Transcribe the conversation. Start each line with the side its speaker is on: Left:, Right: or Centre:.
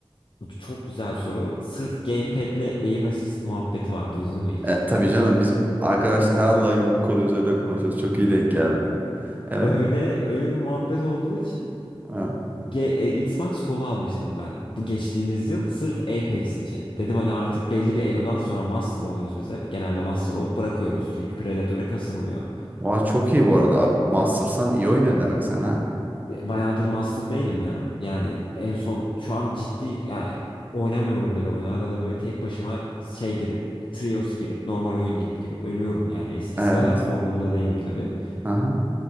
Left: Bu Çok güzel soru. Sırf gamepad'le aim assist muhabbeti var. Duydun mu hiç?
Right: E, tabii canım biz arkadaşlar her Allah'ın günü bu konu üzerinde konuşuyoruz. Çok iyi denk geldi. Evet.
Left: Öyle öyle bir muhabbet olduğu için
Right: Evet.
Left: Ge- e, Xbox kolu almıştım ben. Bu geçtiğimiz yıl sırf Apex için. Dedim hani artık belli bir elodan sonra master oluyoruz biz hep. Genelde master olup bırakıyoruz. Çünkü Predator'e kasılmıyor.
Right: Vay çok iyi bu arada. Master'san iyi oynuyorsun demek sen ha.
Left: Bayağıdır master değilim ya. Yani en son şu an ciddi yani oynamıyorum bile oyunu. Arada böyle tek başıma şey girip trios girip normal oyun girip girip ölüyorum. Yani eskisi
Right: Evet.
Left: kadar formumda değilim tabii.
Right: Aha.